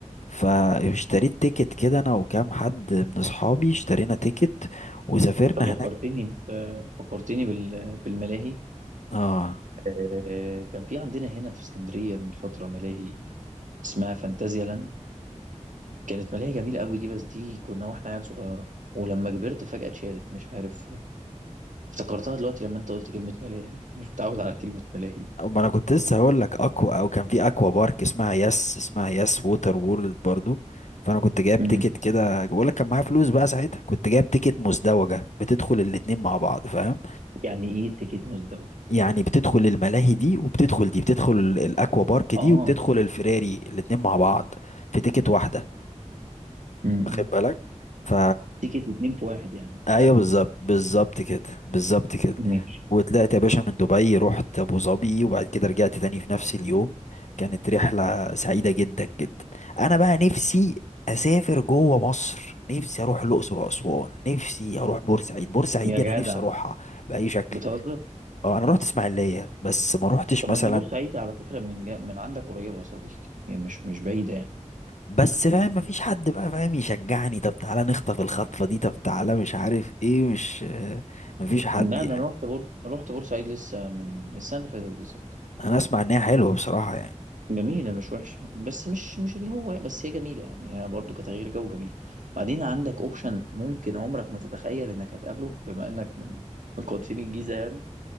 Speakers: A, on the left; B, on the right.
A: فاشتريت تيكت كده انا وكام حد من اصحابي اشترينا تيكت وسافرنا
B: ففكرتني
A: هناك
B: آه، فكرتني بال- بالملاهي
A: اه
B: آه، كان في عندنا هنا في اسكندريه من فتره ملاهي اسمها فانتازيا لاند كانت مالية جميلة قوي دي بس دي كنا واحنا عيال صغيرة ولما كبرت فجأة اتشالت مش عارف افتكرتها دلوقتي لما انت قلت كلمة ملاهي <laughs> مش متعود على كلمة ملاهي دي
A: ما انا كنت لسه هقول لك اكوا او كان في اكوا بارك اسمها يس اسمها يس ووتر وورلد برضو فانا كنت جايب
B: أمم.
A: تيكت كده بقول لك كان معايا فلوس بقى ساعتها كنت جايب تيكت مزدوجه بتدخل الاتنين مع بعض فاهم
B: يعني ايه تيكت مزدوجة
A: يعني بتدخل الملاهي دي وبتدخل دي بتدخل ال- الاكوا بارك دي
B: اه
A: وبتدخل الفراري الاتنين مع بعض في تيكت واحده
B: أمم.
A: واخد بالك ف
B: تيكت اتنين في واحد يعني
A: ايوه
B: قهوة
A: بالظبط بالظبط كده بالظبط كده
B: ماشي
A: وطلعت يا باشا من دبي رحت ابو ظبي وبعد كده رجعت تاني في نفس اليوم كانت رحله سعيده جدا جدا انا بقى نفسي اسافر جوه مصر نفسي اروح الاقصر واسوان نفسي اروح بورسعيد بورسعيد
B: يا
A: دي
B: جدع
A: انا نفسي اروحها باي شكل
B: بتهزر
A: اه انا رحت اسماعيليه بس ما رحتش
B: طب
A: مثلا
B: ما انت بورسعيد على فكرة من جا... من عندك قريبة يا صديقي يعني مش مش بعيدة يعني
A: بس فاهم مفيش حد بقى فاهم يشجعني طب تعالى نخطف الخطفه دي طب تعالى مش عارف ايه مش آه، مفيش حد
B: لا
A: يعني
B: ده انا رحت بورس رحت بورسعيد لسه من السنة اللي فاتت بالظبط
A: انا اسمع ان هي حلوه بصراحه يعني
B: جميلة مش وحشة بس مش مش اللي هو بس هي جميلة يعني هي برضه كتغيير جو جميلة بعدين عندك اوبشن ممكن عمرك ما تتخيل انك هتقابله بما انك من من قناتين الجيزة يعني